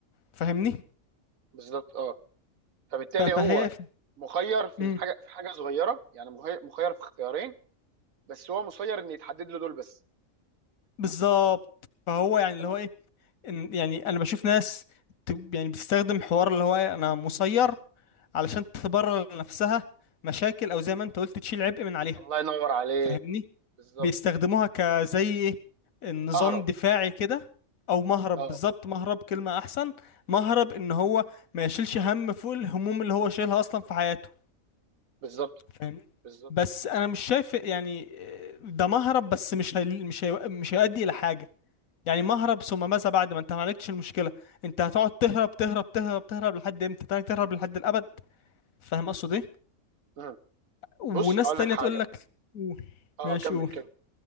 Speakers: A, on the left; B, on the right.
A: فاهمني
B: بالظبط اه فبالتالي
A: ف- فهي
B: هو مخير في
A: امم
B: الحاجه في حاجه صغيره يعني مخير مخير في اختيارين بس هو مسير ان يتحدد له دول بس
A: بالظبط فهو يعني اللي
B: اه
A: هو ايه ان يعني انا بشوف ناس ت- يعني بتستخدم حوار اللي هو إيه، انا مسير علشان تبرر لنفسها مشاكل او زي ما انت قلت تشيل عبء من عليها
B: الله ينور عليك
A: فاهمني
B: بالظبط
A: بيستخدموها كزي ايه النظام
B: اهرب
A: دفاعي كده او مهرب
B: اه
A: بالظبط مهرب كلمة احسن مهرب ان هو ما يشيلش هم فوق الهموم اللي هو شايلها اصلا في حياته
B: بالظبط
A: فاهمني
B: بالظبط
A: بس انا مش شايف يعني آه، ده مهرب بس مش هي... مش هي... مش هيؤدي الى حاجة يعني مهرب ثم ماذا بعد ما انت ما عالجتش المشكلة انت هتقعد تهرب تهرب تهرب تهرب لحد امتى تهرب تهرب لحد الابد فاهم اقصد ايه
B: مم.
A: وناس
B: بص هقول
A: تانية
B: لك حاجه
A: تقول لك قول
B: اه
A: ماشي
B: كمل
A: قول
B: كمل